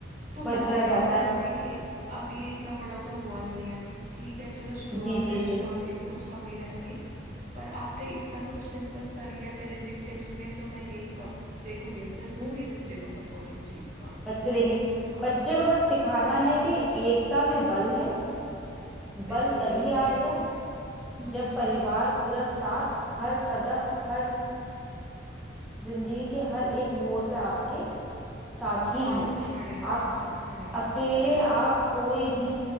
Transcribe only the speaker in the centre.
बदला
जाता
है
जी जी
जी
बच्चे देंगे
बच्चे को बस सिखाना है कि एकता में बल है
बल तभी
आएगा
जब
परिवार पूरा साथ हर कदम हर जिंदगी के हर एक मोड़ पे आपके साथ
ही हो
आप
अकेले
आप कोई भी